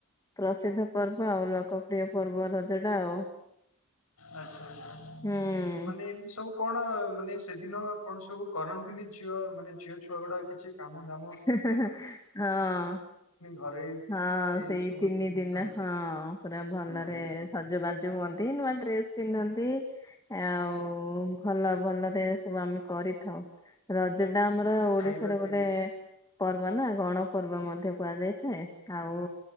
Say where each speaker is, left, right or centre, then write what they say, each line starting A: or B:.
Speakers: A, on the left; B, on the left.
A: ପ୍ରସିଦ୍ଧ ପର୍ବ ଆଉ ଲୋକ ପ୍ରିୟ ପର୍ବ ରଜ ଟା ଆଉ
B: ଆଚ୍ଛା ଆଚ୍ଛା।
A: ହୁଁ
B: ମାନେ ଏମିତି ସବୁ କଣ ମାନେ ସେଦିନ କଣ ସବୁ କରନ୍ତିନି ଝିଅ ମାନେ ଝିଅ ଛୁଆ ଗୁଡା କିଛି କାମ ଧାମ
A: ହେଁ ହେଁ ହଁ
B: ଘରେ
A: ହଁ
B: ଏଇ
A: ସେଇ
B: ସବୁ
A: ତିନି
B: ଜିନିଷ
A: ଦିନ ହଁ ପୁରା ଭଲରେ
B: ହୁଁ ହୁଁ ହୁଁ ହୁଁ
A: ସଜବାଜ ହୁଅନ୍ତି ନୂଆ ଡ୍ରେସ ପିନ୍ଧନ୍ତି। ଆଉ ଭଲ ଭଲରେ ସବୁ ଆମେ କରିଥାଉ ରଜ ଟା ଆମର ଓଡିଶାର
B: ଖାଇବା ପିଇବା
A: ଗୋଟେ ପର୍ବ ନା ଗଣପର୍ବ ମଧ୍ୟ କୁହାଯାଇଥାଏ ଆଉ